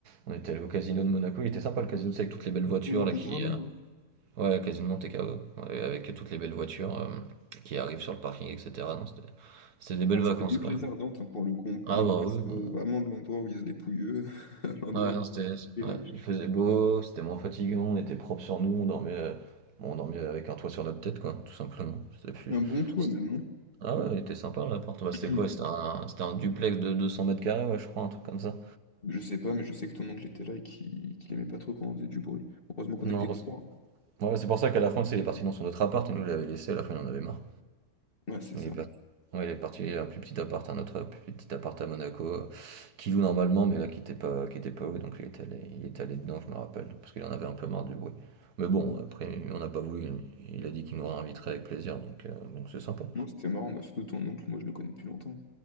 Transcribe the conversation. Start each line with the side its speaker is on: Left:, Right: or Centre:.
Right: On était allé au casino de Monaco, il était sympa le casino, c'est avec toutes les belles voitures
Left: Ou Monte-Carlo,
Right: là qui. euh,
Left: ouais.
Right: Ouais, casino de Monte Carlo, ouais, avec toutes les belles voitures euh, qui arrivent sur le parking, etc. Non, c'était c'était des belles
Left: Ouais,
Right: vacances
Left: c'était mieux que
Right: quand
Left: les
Right: même.
Left: Ardentes, hein, pour le coup. On,
Right: Ah
Left: on
Right: bah
Left: passe
Right: oui, bon.
Left: euh, vraiment de l'endroit où il y a des pouilleux <laughs> à l'endroit
Right: Ouais,
Left: où
Right: non, c'était, c'est-
Left: il y a
Right: ouais,
Left: des riches.
Right: il faisait beau, c'était moins fatigant, on était propre sur nous, on dormait, euh, bon, on dormait avec un toit sur notre tête, quoi, tout simplement. C'était plus...
Left: Un bon toit,
Right: c'est-
Left: même, hein.
Right: Ah ouais, il était sympa l'appart. Bah, c'était
Left: <clears throat>
Right: quoi? C'était un, c'était un duplex de 200 mètres carrés, ouais, je crois, un truc comme ça.
Left: Je sais pas, mais je sais que ton oncle était là et qu'il qu'il aimait pas trop quand on faisait du bruit. Heureusement qu'on
Right: Non,
Left: était que
Right: parce-
Left: trois. hein.
Right: ouais, c'est pour ça qu'à la fin, tu sais, il est parti dans son autre appart, et nous, il l'avait laissé, à la fin, il en avait marre.
Left: Ouais, c'est
Right: Il
Left: ça.
Right: est parti, ouais, il est parti à un plus petit appart, un autre plus petit appart à Monaco, euh, qu'il loue normalement, mais là qui était pas, qui était pas loué, donc il était allé, il était allé dedans, je me rappelle, parce qu'il en avait un peu marre du bruit. Mais bon, après, on n'a pas voulu, il, il a dit qu'il nous réinviterait avec plaisir, donc euh, donc c'est sympa.
Left: Non, c'était marrant, bah, surtout ton oncle, moi je le connais depuis longtemps.